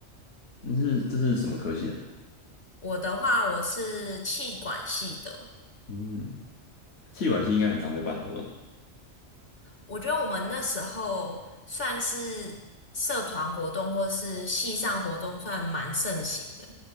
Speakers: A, on the left (about 70°); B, on the left (about 50°).
A: 你是这是什么科系的？
B: 我的话，我是气管系的，
A: 嗯，气管系应该很常会办活动。
B: 我觉得我们那时候算是社团活动或是系上活动，算蛮盛行的。